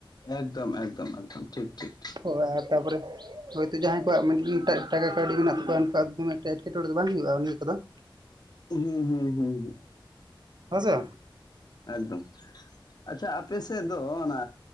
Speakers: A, on the left; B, on the right.
A: ᱮᱠᱫᱚᱢ ᱮᱠᱫᱚᱢ ᱮᱠᱫᱚᱢ ᱴᱷᱤᱠ ᱴᱷᱤᱠ ᱾
B: ᱦᱳᱭ ᱟᱨ ᱛᱟᱯᱚᱨᱮ ᱦᱳᱭᱛᱳ ᱡᱟᱦᱟᱸᱭ ᱠᱚᱣᱟᱜ <unintelligible> ᱴᱟᱠᱟ ᱠᱟᱹᱣᱰᱤ ᱢᱮᱱᱟᱜ ᱛᱟᱠᱚᱣᱟ ᱩᱱᱠᱩᱣᱟᱜ ᱫᱚ ᱢᱤᱫᱴᱮᱡ, ᱮᱴᱠᱮᱴᱚᱬᱮ ᱫᱚ ᱵᱟᱝ ᱦᱩᱭᱩᱜᱼᱟ ᱱᱤᱭᱟᱹ ᱠᱚᱫᱚ ᱾
A: ᱦᱩᱸ ᱦᱩᱸ ᱦᱩᱸ ᱦᱩᱸ ᱾
B: ᱦᱮᱸ ᱥᱮ,
A: ᱮᱠᱫᱚᱢ ᱟᱪᱪᱷᱟ ᱟᱯᱮᱥᱮᱫ ᱫᱚ ᱚᱱᱟ